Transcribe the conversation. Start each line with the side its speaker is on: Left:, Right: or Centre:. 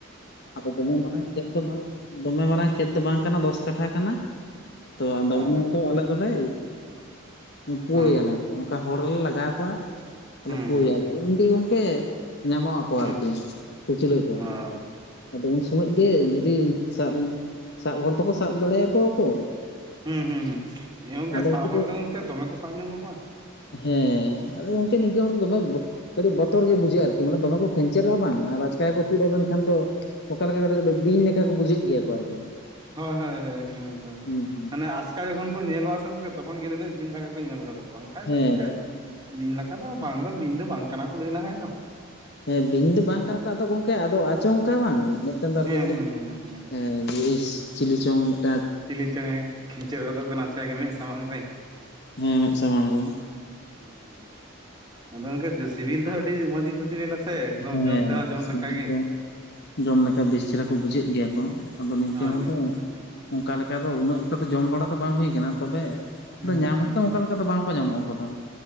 Left: ᱟᱫᱚ ᱫᱚᱢᱮ ᱢᱟᱨᱟᱝ ᱠᱷᱮᱛ ᱫᱚ ᱵᱟᱝ ᱫᱚᱢᱮ ᱢᱟᱨᱟᱝ ᱠᱷᱮᱛ ᱫᱚ ᱵᱟᱝ ᱠᱟᱱᱟ ᱫᱚᱥ ᱠᱟᱴᱷᱟ ᱠᱟᱱᱟ ᱛᱚ ᱟᱫᱚ
Right: ᱦᱮᱸ
Left: ᱛᱚ ᱟᱞᱮ ᱫᱚᱞᱮ ᱯᱳᱭᱟᱞᱮ
Right: ᱦᱩᱸ
Left: ᱚᱱᱠᱟ ᱦᱚᱲ ᱞᱮ ᱞᱟᱜᱟᱣ ᱠᱚᱣᱟ ᱛᱟᱦᱞᱮ
Right: ᱦᱩᱸ
Left: ᱯᱩᱭᱟ
Right: ᱦᱩᱸ
Left: ᱟᱫᱚ
Right: ᱦᱩᱸ
Left: ᱩᱱ ᱜᱮ ᱜᱚᱝᱠᱮ ᱧᱟᱢᱚᱜ ᱟᱠᱚ
Right: ᱦᱩᱸ
Left: ᱟᱨᱠᱤ ᱠᱩᱪᱞᱟᱹ ᱠᱚ
Right: ᱚ
Left: ᱟᱫᱚ ᱩᱱ ᱥᱚᱢᱚᱭ ᱜᱮ ᱡᱩᱫᱤ ᱥᱟᱵ ᱥᱟᱵ ᱦᱚᱲ ᱫᱚᱠᱚ ᱥᱟᱵ ᱫᱟᱲᱮᱭ ᱟᱠᱚᱣᱟ ᱠᱚ
Right: ᱦᱩᱸ ᱦᱩᱸ ᱦᱩᱸ ᱜᱚᱝᱠᱮ
Left: ᱟᱫᱚ
Right: ᱥᱟᱵ
Left: ᱩᱱᱠᱩ
Right: ᱦᱚᱲ ᱫᱚ ᱜᱚᱝᱠᱮ ᱫᱚᱢᱮ ᱠᱚ ᱥᱟᱵ ᱡᱚᱱᱚᱜᱼᱟ
Left: ᱦᱮᱸ ᱟᱫᱚ ᱜᱚᱝᱠᱮ ᱱᱤᱝᱠᱟᱹᱱ ᱦᱚᱲ ᱫᱚ ᱫᱚᱢᱮ ᱠᱟᱹᱴᱤᱡ ᱵᱚᱛᱚᱨ ᱜᱮ ᱵᱩᱡᱷᱟᱹᱜᱼᱟ ᱟᱨᱠᱤ ᱢᱟᱱᱮ ᱫᱚᱢᱮ ᱠᱚ ᱠᱷᱮᱧᱪᱮᱨᱚᱜᱼᱟ ᱵᱟᱝ ᱟᱨ ᱟᱪᱠᱟᱠᱚ ᱛᱩᱫᱼᱟᱵᱮᱱ ᱠᱷᱟᱱ ᱫᱚ ᱚᱠᱟ ᱞᱮᱠᱟ ᱠᱟᱴᱤᱡ ᱵᱤᱧ ᱞᱮᱠᱟ ᱠᱚ ᱵᱩᱡᱷᱟᱹᱜ ᱜᱮᱭᱟ ᱠᱚ ᱟᱨᱠᱤ
Right: ᱦᱳᱭ ᱦᱳᱭ ᱦᱳᱭ ᱮᱠᱫᱚᱢ ᱮᱠᱫᱚᱢ ᱮᱠᱫᱚᱢ
Left: ᱦᱩᱸ ᱦᱩᱸ
Right: ᱦᱟᱱᱮ ᱟᱥ ᱟᱪᱠᱟ ᱡᱚᱠᱷᱚᱱ ᱠᱚ ᱧᱮᱞᱚᱜᱼᱟ ᱥᱮ ᱜᱚᱝᱠᱮ ᱛᱚᱠᱷᱚᱱ ᱜᱮ ᱚᱱᱮ ᱪᱮᱫ ᱵᱤᱧ ᱞᱮᱠᱟ ᱠᱚ ᱧᱮᱞ ᱜᱚᱫᱚᱜᱼᱟ ᱵᱟᱝᱠᱷᱟᱡ
Left: ᱦᱮᱸ
Right: ᱫᱚ ᱜᱚᱝᱠᱮ ᱵᱤᱧ ᱞᱮᱠᱟ ᱫᱚ ᱵᱟᱝ ᱫᱚ ᱵᱤᱧ ᱫᱚ ᱵᱟᱝ ᱠᱟᱱᱟ ᱠᱚ ᱞᱟᱹᱭ ᱞᱮᱠᱷᱟᱡ ᱫᱚᱼᱼ
Left: ᱦᱮᱸ ᱵᱤᱧ ᱫᱚ ᱵᱟᱝ ᱠᱟᱱᱟ ᱠᱚ ᱟᱫᱚ ᱜᱚᱝᱠᱮ ᱟᱫᱚ ᱟᱪᱚᱝᱠᱟ ᱵᱟᱝ ᱢᱤᱫᱴᱮᱱ ᱫᱚ ᱟᱨᱠᱤ
Right: ᱦᱮᱸ
Left: ᱠᱟᱹᱴᱤᱡᱼᱼ
Right: ᱦᱮᱸ ᱦᱮᱸ
Left: ᱦᱮᱸ ᱤᱥ ᱪᱤᱞᱤ‌ ᱪᱚᱝ ᱢᱮᱜᱼᱼ
Right: ᱪᱤᱞᱤ ᱪᱚᱝᱮᱭ ᱠᱷᱮᱧᱪᱮᱨ ᱜᱚᱫᱚᱜ ᱠᱟᱱᱟ ᱟᱪᱠᱟ ᱜᱮ ᱢᱮᱫ ᱥᱟᱢᱟᱝ ᱨᱮ᱾
Left: ᱦᱮᱸ ᱢᱮᱸᱫ ᱥᱟᱢᱟᱝ ᱨᱮ᱾
Right: ᱦᱮᱸ ᱦᱮᱸ ᱟᱫᱚ ᱜᱚᱝᱠᱮ ᱥᱤᱵᱤᱞ ᱛᱮᱦᱚᱸ ᱟᱹᱰᱤ ᱢᱚᱸᱡᱽ ᱜᱮᱠᱚ ᱥᱤᱵᱤᱞᱟ᱾ ᱥᱮ ᱮᱠᱫᱚᱢ
Left: ᱦᱮᱸ
Right: ᱡᱚᱢ ᱛᱮᱦᱚᱸ ᱡᱚᱢ
Left: ᱥᱤᱵᱤᱞ
Right: ᱞᱟᱠᱟ ᱜᱮ᱾
Left: ᱫᱚ ᱡᱚᱢ ᱞᱮᱠᱟ ᱵᱮᱥ ᱪᱮᱨᱦᱟ ᱠᱚ ᱵᱩᱡᱷᱟᱹᱜ ᱜᱮᱭᱟ ᱠᱚ ᱟᱫᱚ ᱱᱤᱝᱠᱟᱹ
Right: ᱦᱳᱭ
Left: ᱦᱚᱲ
Right: ᱜᱚᱝᱠᱮ
Left: ᱫᱚᱼᱼ
Right: ᱦᱩᱸ
Left: ᱚᱱᱠᱟ ᱞᱮᱠᱟ ᱫᱚ ᱩᱱᱟᱹᱜ ᱮᱠᱴᱟ ᱫᱚ ᱡᱚᱢ ᱵᱟᱲᱟ ᱫᱚ ᱵᱟᱝ ᱦᱩᱭ ᱠᱟᱱᱟ ᱛᱚᱵᱮ
Right: ᱦᱩᱸ
Left: ᱧᱟᱢ ᱦᱚᱸ ᱛᱚᱼᱼ ᱚᱱᱠᱟ ᱞᱮᱠᱟ ᱫᱚ ᱵᱟᱝᱠᱚ ᱧᱟᱢᱚᱜ-ᱟ ᱚᱠᱚ ᱛᱚ᱾